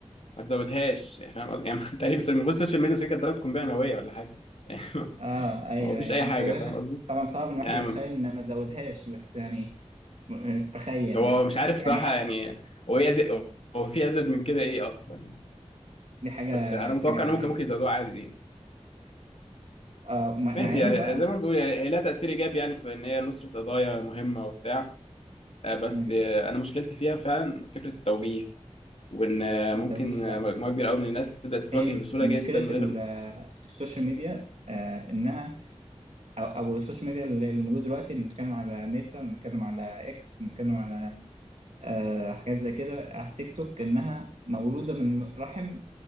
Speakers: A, on the left; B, on the right.
A: ما تزودهاش يعني فاهم قصدي؟ يعني <laughs> تقريبا اسرائيل من غير السوشيال ميديا اسرائيل كانت ضربت قنبله نوويه ولا حاجه <laughs> يعني
B: اه ايوه
A: هو مفيش
B: ايوه
A: اي
B: ما
A: حاجه
B: مزودهاش
A: فاهم قصدي
B: طبعا صعب ان الواحد
A: يعني
B: يتخيل ان ما تزودهاش بس يعني م- تخيل
A: هو
B: يعني
A: مش عارف صراحه
B: يعني ح-
A: يعني هو ايه أز- هو في ازيد من كده ايه اصلا يعني.
B: دي حاجه
A: بس انا
B: دي
A: متوقع
B: حاجه حقيقيه
A: ان هم كان ممكن يزودوها عادي دي
B: آه مع
A: ماشي
B: مع
A: يعني
B: ان بقى
A: زي ما بنقول يعني هي لها تأثير إيجابي يعني في إن هي نصرة قضايا مهمة وبتاع آه، بس
B: مم،
A: آه، أنا مشكلتي فيها فعلا فكرة التوجيه وإن آه،
B: التوجيه
A: ممكن
B: صح
A: آه، مجموعة كبيرة أوي من الناس تبدأ
B: هي
A: تتوجه بسهولة
B: مشكله
A: جدا من غير
B: ال- آه، السوشيال ميديا آه انها او او السوشيال ميديا اللي موجود دلوقتي اللي بنتكلم على ميتا بنتكلم على اكس بنتكلم على آه حاجات زي كده على تيك توك انها مولوده من رحم